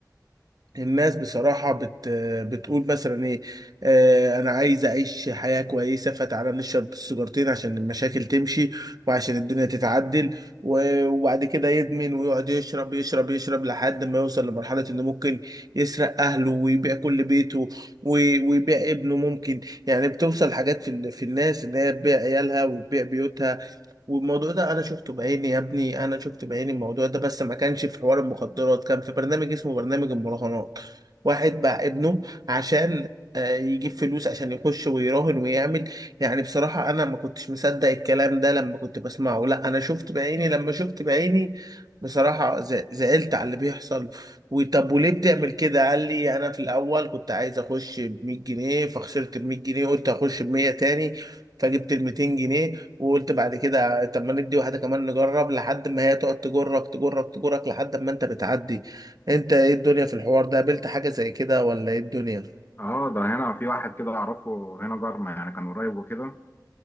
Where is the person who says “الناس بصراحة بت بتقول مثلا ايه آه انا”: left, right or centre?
Right